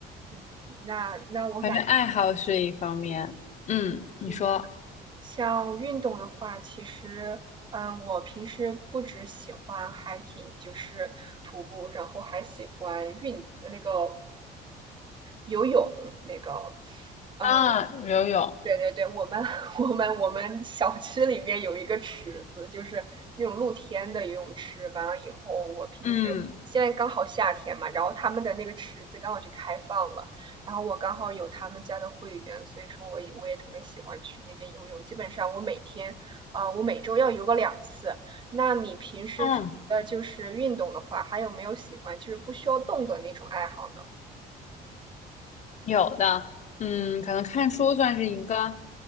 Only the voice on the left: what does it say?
反正爱好是一方面，嗯，你说
啊，游泳，
嗯
嗯，
有的，嗯，可能看书算是一个，